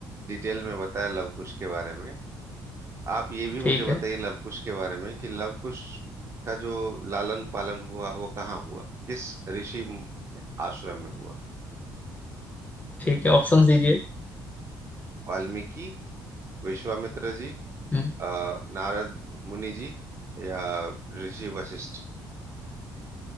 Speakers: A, on the right; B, on the left.
A: डिटेल में बताया लव कुश के बारे में आप ये भी
B: ठीक
A: मुझे बताइए
B: है
A: लव कुश के बारे में कि लव कुश का जो लालन पालन हुआ वो कहाँ हुआ किस ऋषि आश्रम में हुआ
B: ठीक है ऑप्शंस दीजिए
A: वाल्मीकि विश्वामित्र जी
B: हम्म
A: अ, नारद मुनि जी या ऋषि वशिष्ठ